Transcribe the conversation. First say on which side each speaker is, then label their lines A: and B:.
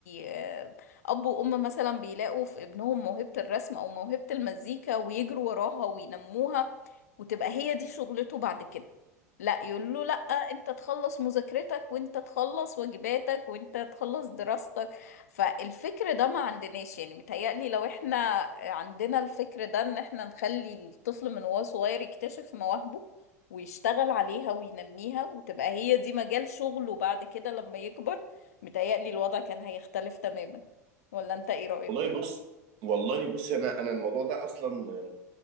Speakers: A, on the left (about 70°); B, on the right (about 50°).
A: آه، اب وام مثلا بيلاقوا في ابنهم موهبة الرسم او موهبة المزيكا ويجروا وراها وينموها وتبقى هي دي شغلته بعد كده لا يقول له لا انت تخلص مذاكرتك وانت تخلص واجباتك وانت تخلص دراستك فالفكر ده ما عندناش يعني متهيألي لو احنا عندنا الفكر ده ان احنا نخلي الطفل من وهو صغير يكتشف مواهبه ويشتغل عليها وينميها وتبقى هي دي مجال شغله بعد كده لما يكبر متهيألي الوضع كان هيختلف تماما ولا انت ايه رأيك؟
B: والله بص والله بص انا انا الموضوع ده اصلا آه،